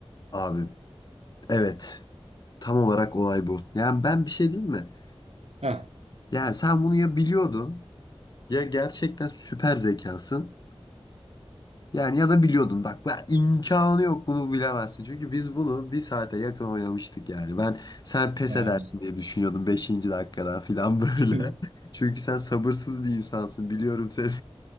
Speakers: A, on the left; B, on the right.
A: Abi evet. Tam olarak olay bu. Yani ben bir şey diyeyim mi?
B: Heh.
A: Yani sen bunu ya biliyordun ya gerçekten süper zekasın. Yani ya da biliyordun. Bak ben imkanı yok bunu bilemezsin. Çünkü biz bunu bir saate yakın oynamıştık yani. Ben sen pes
B: Ha.
A: edersin diye düşünüyordum beşinci dakikadan filan böyle.
B: <laughs>
A: <laughs> Çünkü sen sabırsız bir insansın biliyorum seni.